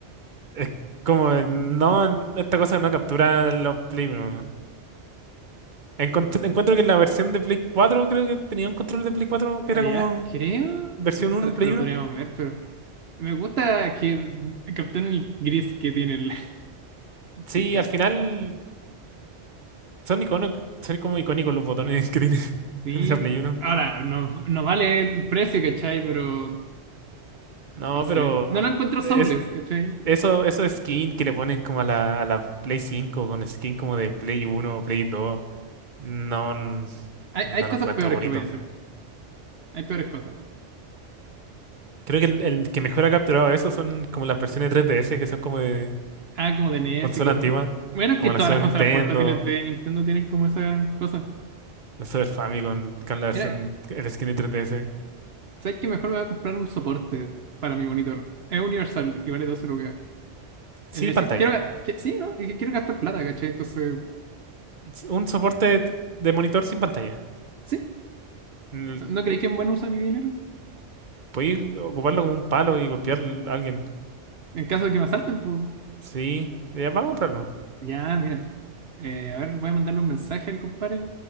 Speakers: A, on the right (about 45°); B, on the right (about 60°).
A: es como, no, esta cosa no captura los Play uno. Encontr- encuentro que la versión de Play 4 creo que tenía un control de Play 4 que
B: Había,
A: era como
B: creo.
A: versión
B: Bueno,
A: uno
B: después
A: en Play
B: lo
A: uno
B: podríamos ver, pero me gusta que capturen el gris que tiene el <laughs>
A: Sí,
B: control.
A: al final son iconos, son como icónicos los botones que tiene <laughs>
B: Sí.
A: de la Play uno
B: Ahora, nos, nos vale el precio, ¿cachai? Pero
A: No,
B: no sé.
A: pero
B: No
A: ah,
B: lo encuentro soulless,
A: es
B: ¿cachai?
A: Eso, eso skin que le ponen como a la, a la Play 5 con skin como de Play uno o Play dos no, n-
B: Hay,
A: no
B: hay
A: lo
B: cosas
A: encuentro
B: peores
A: bonito.
B: que voy a hacer. Hay peores cosas.
A: Creo que el, el que mejor ha capturado eso son como las versiones 3DS que son como de
B: Ah, como de NES
A: consola
B: y cosas
A: antigua,
B: así. Bueno, es
A: como
B: que todas
A: la Super
B: las consolas
A: Nintendo,
B: portátiles de Nintendo tienen como esas cosas.
A: la Super Famicom con la versión,
B: Mira,
A: el skin de 3DS,
B: ¿sabes qué? Mejor me voy a comprar un soporte para mi monitor. Es universal y vale 12 lucas. En
A: sin
B: el
A: pantalla.
B: sí- quiero, ga- que- sí, ¿no? Es que quiero gastar plata, ¿cachai? Entonces,
A: S- Un soporte de monitor sin pantalla.
B: sí.
A: L-
B: ¿No, no creéis que es un buen uso de mi dinero?
A: Podéis ocuparlo como un palo y golpear a alguien.
B: En caso de que me asalten, pues.
A: Sí, ya vamos a comprarlo.
B: Ya, mira. Eh, a ver, voy a mandarle un mensaje al compadre.